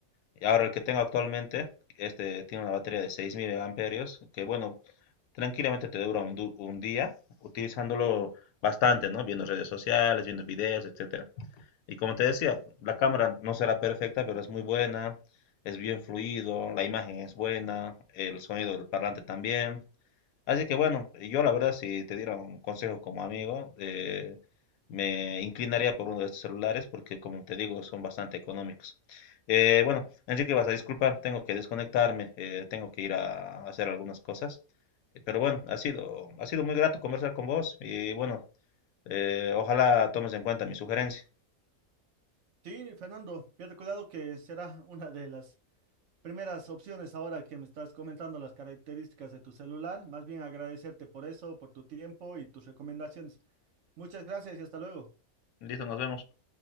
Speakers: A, on the left (about 80°); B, on the right (about 65°).
A: Y ahora el que tengo actualmente, este tiene una batería de 6000 megamperios que bueno, tranquilamente te dura un, du- un día utilizándolo bastante, ¿no? Viendo redes sociales, viendo videos, etcétera. Y como te decía, la cámara no será perfecta, pero es muy buena, es bien fluido, la imagen es buena, el sonido del parlante también. Así que bueno, yo la verdad, si te diera un consejo como amigo, eh, me inclinaría por uno de estos celulares porque, como te digo, son bastante económicos. Eh, bueno, Enrique, vas a disculpar, tengo que desconectarme, eh, tengo que ir a hacer algunas cosas. Eh, Pero bueno, ha sido, ha sido muy grato conversar con vos y bueno, eh, ojalá tomes en cuenta mi sugerencia.
B: Sí, Fernando, pierde cuidado que será <laughs> una de las primeras opciones ahora que me estás comentando las características de tu celular. Más bien agradecerte por eso, por tu tiempo y tus recomendaciones. Muchas gracias y hasta luego.
A: Listo, nos vemos.